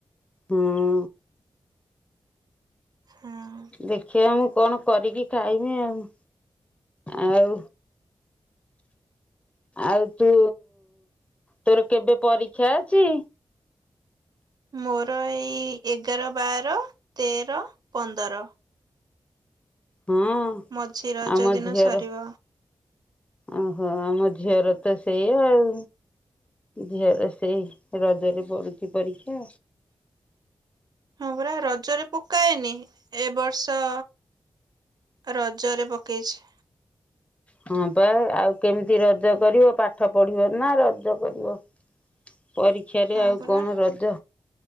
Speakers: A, on the left; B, on the right.
A: ହୁଁ।
B: ହଁ।
A: ଦେଖିବା ମୁଁ କଣ କରିକି ଖାଇମି ଆଉ? ଆଉ ଆଉ ତୁ ତୋର କେବେ ପରୀକ୍ଷା ଅଛି।
B: ମୋର ଏଇ ଏଗାର, ବାର, ତେର, ପନ୍ଦର।
A: ହଁ
B: ମଝି ରଜ
A: ଆମ
B: ଦିନ
A: ଝୁଅର
B: ସରିବ।
A: ଓହୋ ଆମ ଝିଅର ତ ସେଇ ଆଉ ଝିଅର ସେଇ ରଜରେ ପଡୁଛି ପରୀକ୍ଷା।
B: ହଁ ପରା ରଜରେ ପକାଏନି। ଏ ବର୍ଷ ରଜରେ ପକେଇଛି।
A: ହଁ ବା ଆଉ କେମିତି ରଜ କରିବ, ପାଠ ପଢିବ ନା ରଜ କରିବ। ପରୀକ୍ଷାରେ
B: ହଁ
A: ଆଉ
B: ପରା
A: କଣ ରଜ?